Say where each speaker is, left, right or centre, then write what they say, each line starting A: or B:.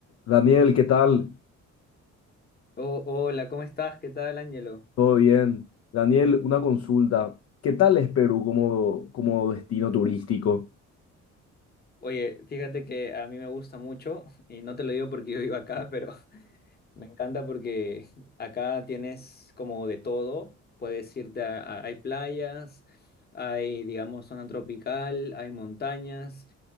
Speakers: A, on the left (about 55°); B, on the left (about 30°).
A: Daniel, ¿qué tal?
B: Oh, hola, ¿cómo estás? ¿Qué tal, Ángelo?
A: ¿Todo bien? Daniel, una consulta. ¿Qué tal es Perú como, como destino turístico?
B: Oye, fíjate que a mí me gusta mucho, y no te lo digo porque yo vivo acá, pero <laughs> me encanta porque acá tienes como de todo. Puedes irte a, a- hay playas, hay, digamos, zona tropical, hay montañas,